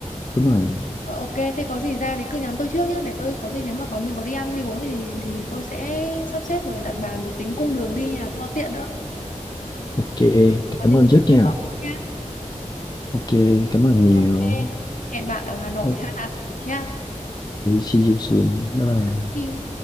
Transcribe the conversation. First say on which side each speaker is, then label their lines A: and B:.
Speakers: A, on the left; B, on the left.
A: Đúng rồi.
B: Ờ, ok, thế có gì ra thì cứ nhắn tôi trước nhá, để tôi có gì nếu mà có mình có đi ăn đi uống thì thì tôi sẽ sắp xếp rồi đặt bàn rồi tính cung đường đi nhà cho nó tiện nữa.
A: Ok, cảm
B: Có gì mình
A: ơn trước
B: sẽ nói
A: nha.
B: rõ nha.
A: Ok, cảm ơn nhiều.
B: Ok. Hẹn bạn ở Hà Nội
A: Ok,
B: <laughs> ha nha.
A: see you soon. Bye bye.
B: See you.